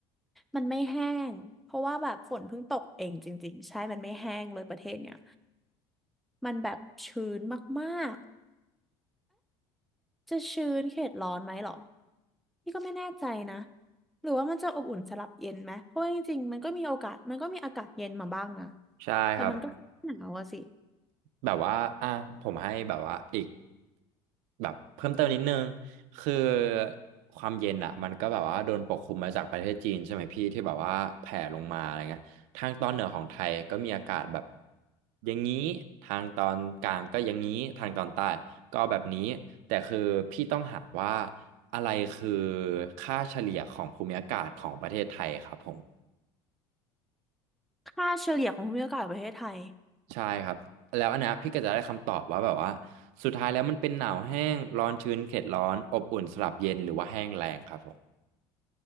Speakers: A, in the centre; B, on the right.
A: มันไม่แห้งเพราะว่าแบบฝนเพิ่งตกเองจริงๆใช่มันไม่แห้งเลยประเทศเนี่ยมันแบบชื้นมากๆจะชื้นเขตร้อนไหมหรอนี่ก็ไม่แน่ใจนะหรือว่ามันจะอบอุ่นสลับเย็นไหมเพราะว่าจริงๆมันก็มีโอกาสมันก็มีอากาศเย็นมาบ้างนะ
B: ใช่ครับ
A: แต่มันก็หนาวอะสิ
B: แบบว่าอ่ะผมให้แบบว่าอีกแบบเพิ่มเติมนิดนึงคือความเย็นอ่ะมันก็แบบว่าโดนปกคลุมมาจากประเทศจีนใช่ไหมพี่ที่แบบว่าแผ่ลงมาอะไรเงี้ยทางตอนเหนือของไทยก็มีอากาศแบบอย่างนี้ ทางตอนกลางก็อย่างนี้ทางตอนใต้ก็แบบนี้ แต่คือพี่ต้องหาว่าอะไรคือค่าเฉลี่ยของภูมิอากาศของประเทศไทยครับผม
A: ค่าเฉลี่ยของภูมิอากาศประเทศไทย
B: ใช่ครับแล้วอันเนี้ยพี่ก็จะได้คำตอบว่าแบบว่าสุดท้ายแล้วมันเป็นหนาวแห้งร้อนชื้นเขตร้อนอบอุ่นสลับเย็นหรือว่าแห้งแรงครับผม